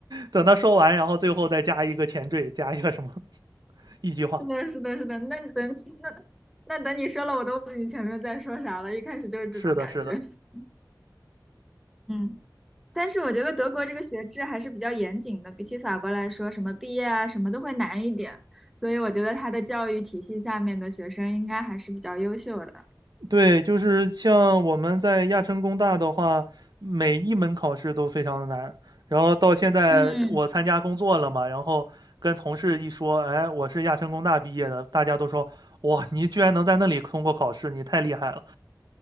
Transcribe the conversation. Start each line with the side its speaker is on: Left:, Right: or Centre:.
Right: 等他说完，然后最后再加一个前缀，加一个什么 <laughs> 一句话。
Centre: 是的，是的，是的，那等那那等你说了，我都忘记你前面在说啥了，一开始就是这种感觉。
Right: 是的，是的。
Centre: <laughs> 嗯。但是我觉得德国这个学制还是比较严谨的，比起法国来说，什么毕业啊，什么都会难一点。所以我觉得它的教育体系下面的学生应该还是比较优秀的。
Right: 对，就是像我们在亚琛工大的话，每一门考试都非常的难。然后到现在我参加工作了嘛，
Centre: 嗯
Right: 然后跟同事一说，哎，我是亚琛工大毕业的，大家都说，哇，你居然能在那里通过考试，你太厉害了。